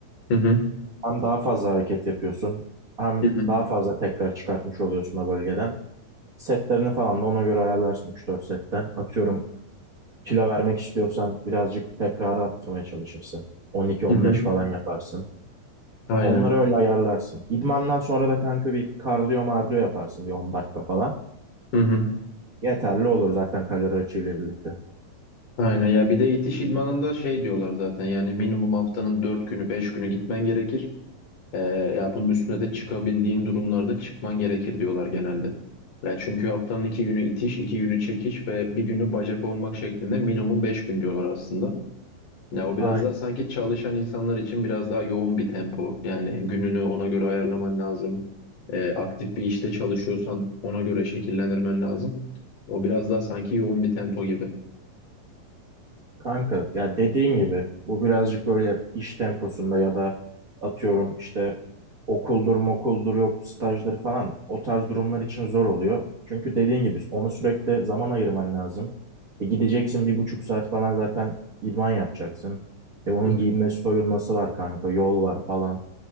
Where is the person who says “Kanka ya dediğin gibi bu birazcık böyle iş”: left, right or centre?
Right